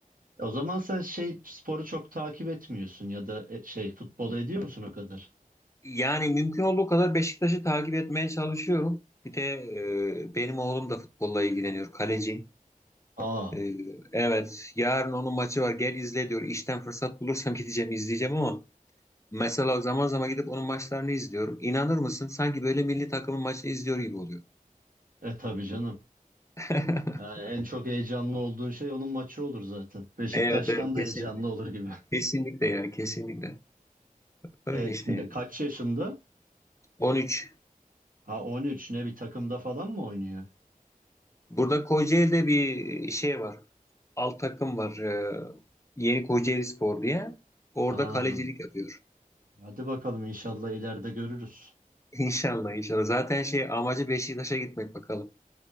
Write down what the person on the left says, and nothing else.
Yani mümkün olduğu kadar Beşiktaş'ı takip etmeye çalışıyorum. Bir de e, benim oğlum da futbolla ilgileniyor, kaleci.
E, evet, yarın onun maçı var. Gel izle diyor. İşten fırsat bulursam <laughs> gideceğim, izleyeceğim ama mesela zaman zaman gidip onun maçlarını izliyorum. İnanır mısın? Sanki böyle milli takımın maçını izliyor gibi oluyor.
<laughs>
Evet, evet,
kesin,
kesinlikle ya, kesinlikle. Öyle
işte
ya.
13.
Burada Kocaeli'de bir şey var. Alt takım var. Ee, Yeni Kocaeli Spor diye. Orada
kalecilik yapıyor.
<laughs> İnşallah inşallah. Zaten şey amacı Beşiktaş'a gitmek bakalım.